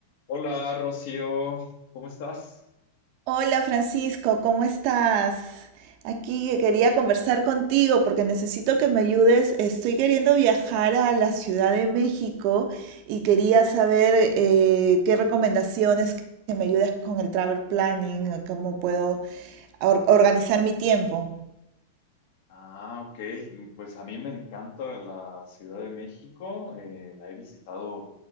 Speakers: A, on the left; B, on the right.
A: Hola Rocío, ¿cómo estás?
B: Hola Francisco, ¿cómo estás? Aquí que quería conversar contigo porque necesito que me ayudes. Estoy queriendo viajar a la Ciudad de México y quería saber eh, qué recomendaciones que me ayudes con el travel planning, eh, cómo puedo or- organizar mi tiempo.
A: Ah, ok. Pues a mí me encanta la Ciudad de México. eh, la he visitado